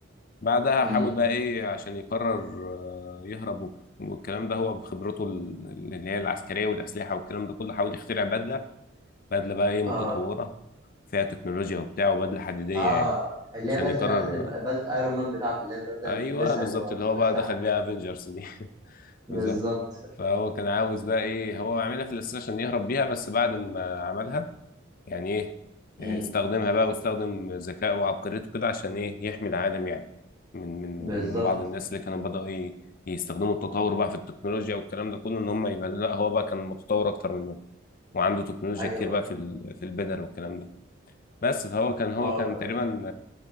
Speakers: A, on the left; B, on the right.
A: بعدها
B: مم.
A: حاول بقى إيه عشان يقرر آه، يهرب وب- والكلام ده هو بخبرته ال- اللي هي العسكرية والأسلحة والكلام ده كله حاول يخترع بدلة بدلة بقى إيه متطورة
B: اه
A: فيها تكنولوجيا وبتاع وبدلة حديدية
B: اه
A: يعني
B: اللي
A: عشان
B: هي بس
A: يقرر
B: في الاخر ب- بدلة ايرون مان بتاعته اللي هي البدله
A: أيوه
B: اللي بيلبسها
A: بالظبط
B: اللي هو
A: اللي هو
B: في
A: بقى
B: اسلحه
A: دخل
B: كده
A: بيها افنجرز دي <laughs>
B: بالظبط
A: بالظبط فهو كان عاوز بقى إيه هو عاملها في الأساس عشان يهرب بيها بس بعد ما عملها يعني ايه
B: مم.
A: إيه، استخدمها بقى واستخدم ذكائه وعبقريته كده عشان ايه يحمي العالم يعني من
B: بالظبط
A: من من بعض الناس اللي كانوا بدأوا ي- يستخدموا التطور بقى في التكنولوجيا والكلام ده كله ان هم يبقى لا هو بقى كان متطور اكتر منهم وعنده تكنولوجيا
B: ايوه
A: كتير بقى
B: ايوه
A: في ال- في البدر والكلام ده بس فهو كان هو
B: اه
A: كان تقريبا
B: آه.